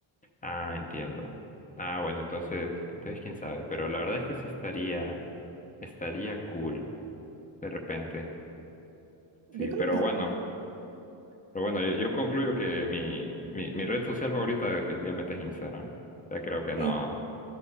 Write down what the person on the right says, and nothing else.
Yo
creo
que
Sí,